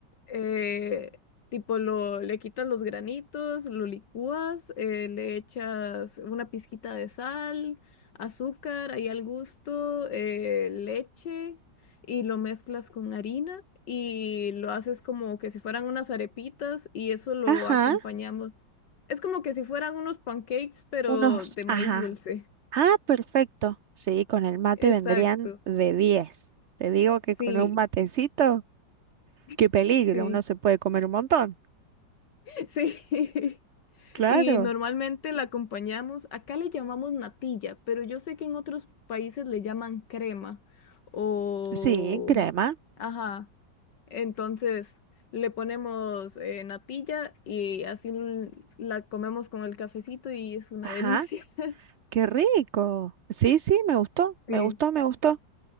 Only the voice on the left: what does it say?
eh, tipo, lo, le quitas los granitos, lo licúas, eh, le echas una pizquita de sal, azúcar, ahí al gusto, eh, leche y lo mezclas con harina y lo haces como que si fueran unas arepitas y eso lo
acompañamos. Es como que si fueran unos pancakes, pero
de maíz
dulce.
Exacto.
Sí,
<laughs>
sí,
<laughs> sí.
Y normalmente la acompañamos, acá le llamamos natilla, pero yo sé que en otros países le llaman crema o...
Ajá, entonces le ponemos eh, natilla y así l- la comemos con el cafecito y es una
delicia. <laughs>
Sí,